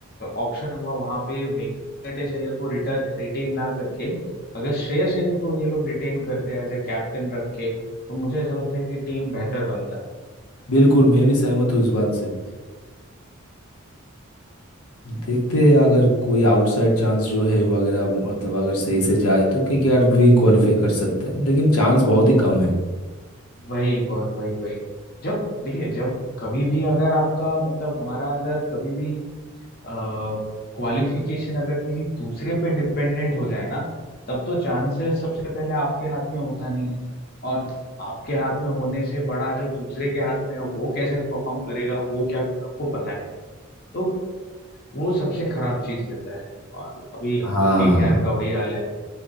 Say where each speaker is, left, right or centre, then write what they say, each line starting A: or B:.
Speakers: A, on the left; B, on the left.
A: ऑक्शन हुआ वहां पे वेंकटेश अय्यर को रिटर्न रिटेन ना करके अगर श्रेयस अय्यर को ये लोग रिटेन करते एज ए कैप्टन रख के तो मुझे ऐसा लगता है कि टीम बेहतर बनता
B: बिल्कुल मैं भी सहमत हूँ इस बात से देखते हैं अगर कोई आउटसाइड चांस जो है वगैरह मतलब अगर सही से जाए तो केकेआर भी क्वालिफाई कर सकता है लेकिन चांस बहुत ही कम है
A: वही वही वही वही जब देखिए जब कभी भी अगर आपका मतलब हमारा अगर कभी भी क्वालिफिकेशन अगर किसी दूसरे पे डिपेंडेंट हो जाए ना तब तो चांसेस सबसे पहले आपके हाथ में होता नहीं है और आपके हाथ में होने से बड़ा जो दूसरे के हाथ में है वो कैसे परफॉर्म करेगा वो क्या करेगा आपको पता नहीं तो वो सबसे खराब चीज रहता है और अभी
B: हाँ
A: केकेआर का वही हाल है